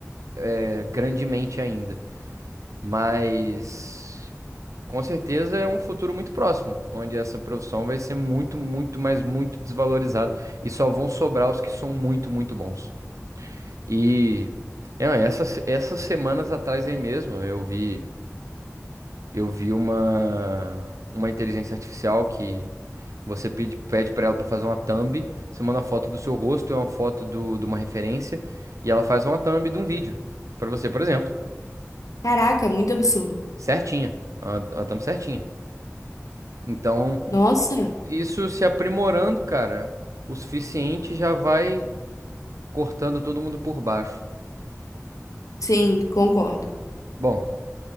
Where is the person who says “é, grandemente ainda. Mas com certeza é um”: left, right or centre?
Right